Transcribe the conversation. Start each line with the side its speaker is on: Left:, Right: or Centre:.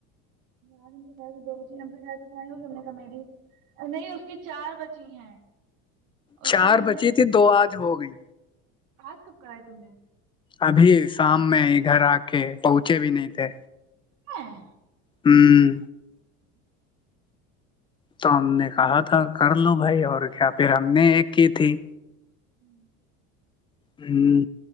Right: آج دوچ ہم سے جائے توم نہیں ہوگی ہم نے کمیلی نہیں اس کی چار بچی ہیں اس
Left: چار
Right: نے ہم
Left: بچی
Right: سے
Left: تھی دو آج ہو گئی
Right: آج کب کرا ہے تم نے
Left: ابھی شام میں ا گھر آ کے پہنچے بھی نہیں تھے
Right: ہاں
Left: ہوں
Right: ہاں
Left: تو ہم نے کہا تھا کر لو بھائی اور کیا پھر ہم نے ایک کی تھی
Right: ہوں
Left: ہوں